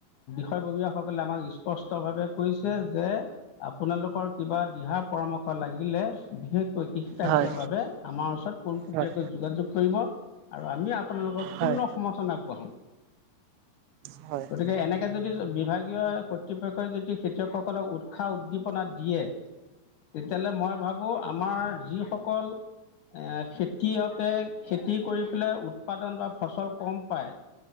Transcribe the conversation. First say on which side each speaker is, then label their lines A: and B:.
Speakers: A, on the left (about 70°); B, on the right (about 80°).
A: শষববীয়াসকলে আমাক স্পষ্টভাৱে কৈছে যে আপোনালোকৰ কিবা দিহা পৰামৰ্শ লাগিলে বিশেষকৈ কৃষি কাৰ্যৰ
B: হয়
A: বাবে আমাৰ ওচৰত পোনপটীয়াকৈ
B: হয়
A: যোগাযোগ কৰিব আৰু আমি আপোনালোকক
B: হয়
A: পূৰ্ণ সমৰ্থন আগবঢ়াম
B: হয়
A: গতিকে এনেকে যদি বিভাগীয় কৰ্তৃপক্ষই যদি খেতিয়ক লোক সকলক উৎসাহ উদ্দীপনা দিয়ে তেতিয়াহ'লে মই ভাবোঁ আমাৰ যিসকল এ খেতিয় হকে খেতি কৰি পেলাই উৎপাদন বা ফচল কম পায়